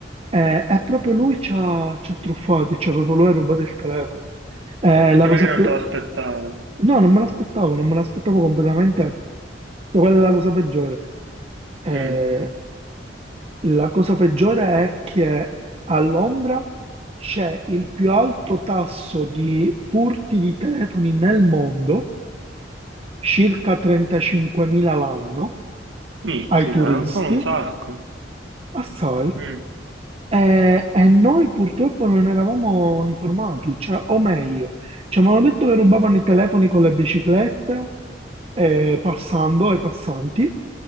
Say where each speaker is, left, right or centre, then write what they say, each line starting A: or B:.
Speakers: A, on the right; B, on the right.
A: Eh, e proprio lui ci ha, ci ha truffati, cioè proprio lui ha rubato il telefono. Eh,
B: Perché
A: la cosa
B: magari
A: più...
B: non te l'aspettavi.
A: No, non me l'aspettavo, non me l'aspettavo completamente. Sai Qual è la cosa peggiore? Eh,
B: Mm.
A: la cosa peggiore è che a Londra c'è il più alto tasso di furti di telefoni nel mondo, circa 35.000 l'anno,
B: Mizzica,
A: ai turisti,
B: non sono un sacco.
A: assai.
B: Mm.
A: E, e noi purtroppo non eravamo informati, cioè, o meglio, ci avevano detto che rubavano i telefoni con le biciclette, eh, passando ai passanti,